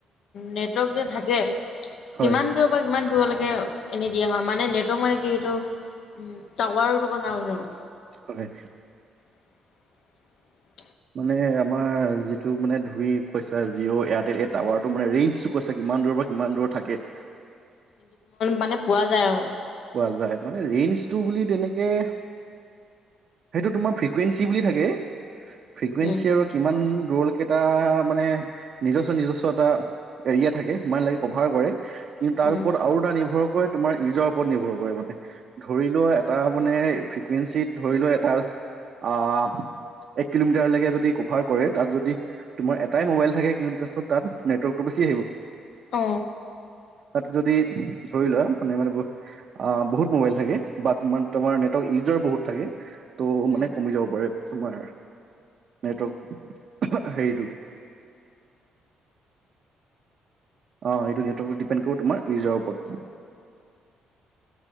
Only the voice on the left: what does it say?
নেটৱৰ্ক যে থাকে,
কিমান কিমান দূৰলৈকে এনি দিয়া হয়, মানে নেটৱৰ্ক মানে কি এইটো উম টাৱাৰো কথা কৈছো।
<inaudible>
মানে পোৱা যায় আৰু।
উম,
উম,
অ।
উম,